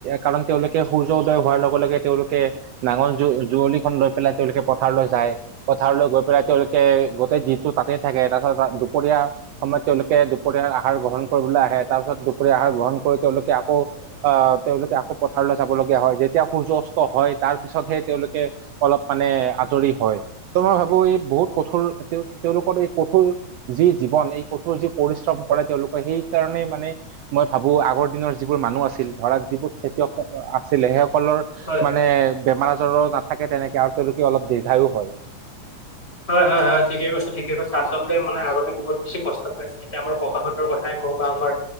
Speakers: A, on the right (about 75°); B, on the left (about 20°).
A: কাৰণ তেওঁলোকে, সূৰ্য উদয় হোৱাৰ লগে লগে, তেওঁলোকে নাঙল-যুৱলিখন লৈ পেলাই, তেওঁলোকে পথাৰলৈ যায়। পথাৰলৈ গৈ পেলাই তেওঁলোকে, গোটেই দিনটো তাতে থাকে। তাৰপিছত, দুপৰীয়া সময়ত তেওঁলোকে, দুপৰীয়াৰ আহাৰ গ্ৰহণ কৰিবলৈ আহে। তাৰপিছত, দুপৰীয়াৰ আহাৰ গ্ৰহণ কৰি, তেওঁলোকে আকৌ, আঁ তেওঁলোকে আকৌ, পথাৰলৈ যাব লগীয়া হয়। যেতিয়া, সূৰ্য অস্ত হয়। তাৰপিছতহে, তেওঁলোকে অলপ মানে, আজৰি হয়। ত' মই ভাবোঁ, এই বহুত কঠোৰ, তেওঁ তেওঁলোকৰ এই কঠোৰ! যি জীৱন! এই কঠোৰ যি পৰিশ্ৰম কৰে তেওঁলোকে, সেইকাৰণে মানে, মই ভাবোঁ! আগৰ দিনৰ যিবোৰ মানুহ আছিল, ধৰা যিবোৰ, খেতিয়ক আছিলে, সেইসকলৰ
B: হয়!
A: মানে, বেমাৰ-আজাৰো নাথাকে, তেনেকে। আৰু তেওঁলোকে, অলপ দীৰ্ঘায়ো হয়।
B: হয়, হয়, হয়, ঠিকেই কছোঁ, ঠিকেই কছোঁ! আচলতে মানে, আগতে বহুত বেছি কষ্ট। <unintelligible> এতিয়া, আমাৰ ককা হঁতৰ কথাই কওঁ বা আমাৰ